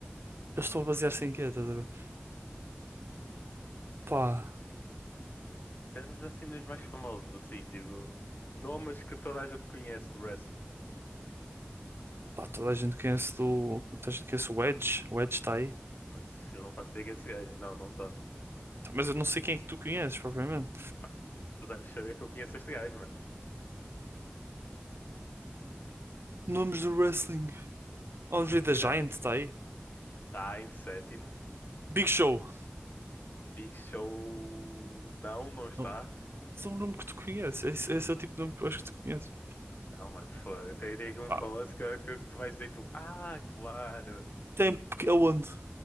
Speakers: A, on the right (about 70°); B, on the left (about 50°).
A: eles estão a basear-se em quê, estás a ver? Pá,
B: Pensas assim nos mais famosos, assim, digo, nomes que toda a gente conhece do wrestling.
A: Pá, toda a gente conhece do. Toda a gente conhece o Edge. O Edge está aí.
B: Mano, eu não faço ideia que é esse gajo. Não, não está.
A: Tá, Mas eu não sei quem é que tu conheces, propriamente.
B: Mano, tu deves saber que eu conheço este gajo, mano.
A: Nomes do wrestling. Andre the
B: Grande.
A: Giant está aí.
B: Está em sétimo.
A: Big Show.
B: Pixel não, não está.
A: Não. Esse é um nome que tu conheces. Esse, esse é o tipo de nome que eu acho que tu conheces.
B: Não, mano, foda. Tem, tem aqui um
A: Pá,
B: famoso que, que, que tu vais dizer tu. Ah, claro.
A: tem porque- aonde?